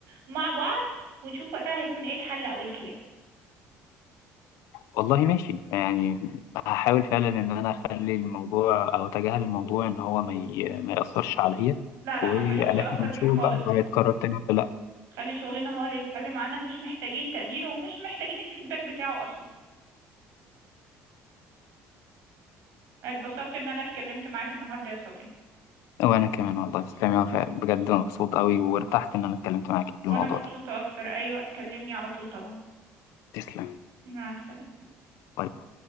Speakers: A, on the right; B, on the left.
A: مع بعض ونشوف وقتها هيكون ايه الحل او ايه الكلام
B: والله ماشي يعني هحاول فعلا ان انا اخلي الموضوع او اتجاهل الموضوع ان هو ما ي... ما ياثرش عليا
A: لا لا
B: وان
A: ما تخليهوش يأثر
B: احنا نشوف
A: فيك خالص
B: بقى لو هيتكرر تاني ولا لا
A: خلي شغلنا هو اللي يتكلم عنا مش محتاجين تقديره ومش محتاجين الفيدباك بتاعه اصلا اتبسطت ان انا اتكلمت معاك النهارده يا صبري
B: وانا كمان والله تسلمي أنا بجد مبسوط قوي وارتحت ان انا اتكلمت معاكي في الموضوع
A: وانا مبسوطة
B: ده
A: اكتر اي وقت كلمني على طول طبعا
B: تسلم
A: مع السلامة
B: باي باي.